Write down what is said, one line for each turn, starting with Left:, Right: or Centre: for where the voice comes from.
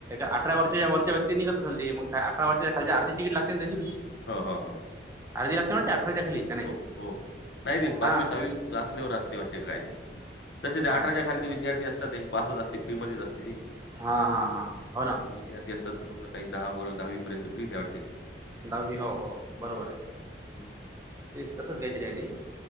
Right: अठरा वर्षाच्या वरच्या व्यक्ती निघत असेल त मग वर्षा खालचे अर्ध्ये तिकीट ना तशी
Left: हा हा हा
Right: अर्धी लागते ना अठराच्या खाली का नाही
Left: हो हो नाही तेच पाचवी
Right: हा
Left: सहावी असल्यावर असते वाटते का काय ते तसे ते
Right: काय
Left: अठराच्या खालील जे विद्यार्थी असतात त्याचे पासच असते फ्रीमध्येच असते ते
Right: हा हा हा हो ना
Left: विद्यार्थी असतात तर समजा काही दहा व दहावी पर्यंत फ्री च आहे वाटत
Right: दहावी हो हो बरोबर आहे
Left: हं, हं.
Right: ते तसच काहीतरी आहे ते